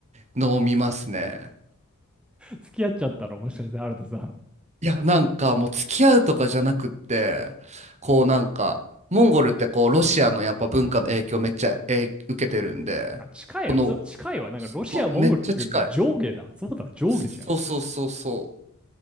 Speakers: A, on the right; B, in the centre.
A: 飲みますね。
B: 付き合っちゃったらもしかしてあるとさん。
A: いや、なんかもう付き合うとかじゃなくって、こうなんか、モンゴルってこうロシアのやっぱ文化の影響めっちゃ、えー受けてるんで、
B: あ、近いよ。
A: この、
B: そう、近いわ。なんかロシア、
A: そうめっちゃ近い。
B: モンゴルって言ってるけど上下だ。そうだ、上下じゃん。
A: そうそうそうそ